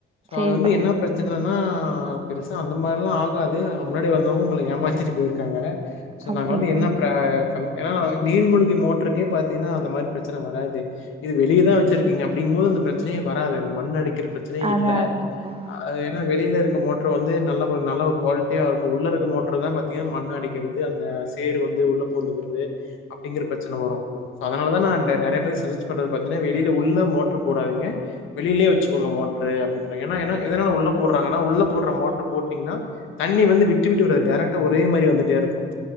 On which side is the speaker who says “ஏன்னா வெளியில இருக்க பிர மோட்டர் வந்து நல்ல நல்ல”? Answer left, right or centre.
Left